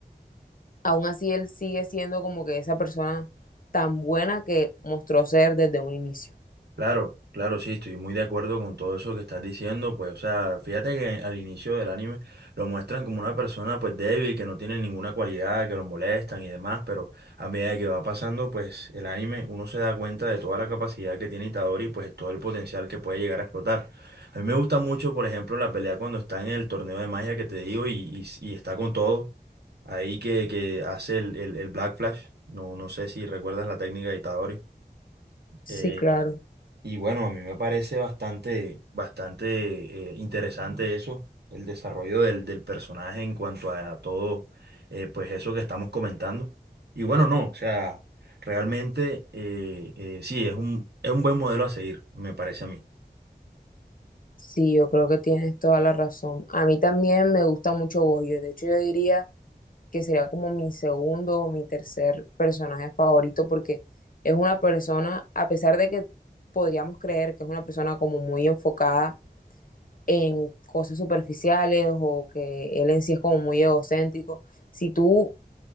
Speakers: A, on the left (about 55°); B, on the right (about 80°).
A: aún así él sigue siendo como que esa persona tan buena que mostró ser desde un inicio.
B: Claro, claro, sí, estoy muy de acuerdo con todo eso que estás diciendo, pues, o sea, fíjate que al inicio del anime lo muestran como una persona, pues, débil, que no tiene ninguna cualidad, que lo molestan y demás, pero a medida que va pasando, pues, el anime, uno se da cuenta de toda la capacidad que tiene Itadori, y, pues, todo el potencial que puede llegar a explotar. A mí me gusta mucho, por ejemplo, la pelea cuando está en el torneo de magia que te digo y, y, y está con todo, ahí que, que hace el, el, el Black Flash, no, no sé si recuerdas la técnica de Itadori.
A: Sí,
B: eh,
A: claro.
B: y bueno, a mí me parece bastante, bastante eh, interesante eso, el desarrollo del, del personaje en cuanto a todo, eh, pues eso que estamos comentando. Y bueno, no, o sea, realmente eh, eh, sí, es un, es un buen modelo a seguir, me parece a mí.
A: Sí, yo creo que tienes toda la razón. A mí también me gusta mucho Goyo. De hecho, yo diría que sería como mi segundo o mi tercer personaje favorito, porque es una persona, a pesar de que podríamos creer que es una persona como muy enfocada en cosas superficiales o que él en sí es como muy egocéntrico, si tú